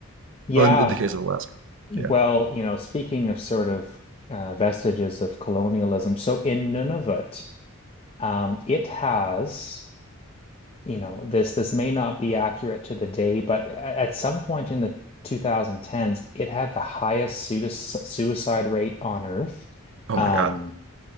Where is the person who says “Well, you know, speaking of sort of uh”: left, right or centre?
Left